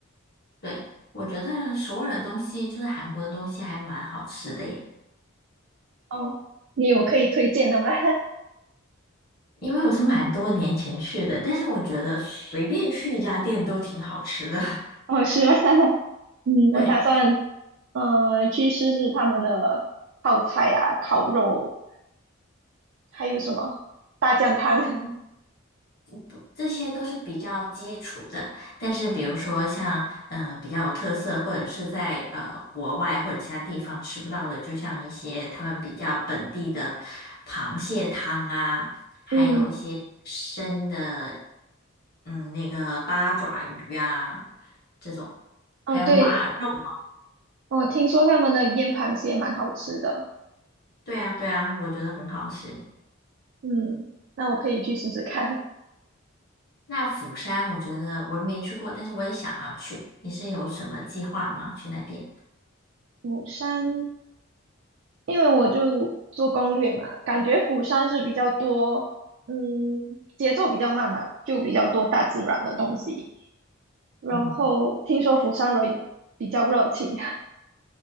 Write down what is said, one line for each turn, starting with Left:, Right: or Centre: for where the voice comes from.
Left: 对，我觉得首尔的东西就是韩国的东西还蛮好吃的耶。
Right: 哦，你有可以推荐的吗？<laughs>
Left: 因为我是蛮多年前去的，但是我觉得随便去一家店都挺好吃的。<laughs>
Right: 哦，是吗？<laughs> 嗯，
Left: 对，
Right: 我打算嗯去试试他们的泡菜啊、烤肉，还有什么大酱汤。
Left: 还有
Right: <laughs>
Left: 不，这些都是比较基础的。但是比如说像呃比较有特色，或者是在呃国外或者其他地方吃不到的，就像一些他们比较本地的螃蟹汤啊，还有一些生的
Right: 嗯，
Left: 嗯那个八爪鱼啊这种，
Right: 哦，
Left: 还有马肉。
Right: 对，我听说他们的腌螃蟹蛮好吃的。
Left: 对啊，对啊，我觉得很好吃。
Right: 嗯，那我可以去试试看
Left: 那釜山，我觉得我没去过，但是我也想要去。你是有什么计划吗？去那边？
Right: 釜山，因为我就做攻略嘛，感觉釜山是比较多，嗯，节奏比较慢嘛，就比较多大自然的东西。然后听说釜山人比较热情，
Left: 嗯，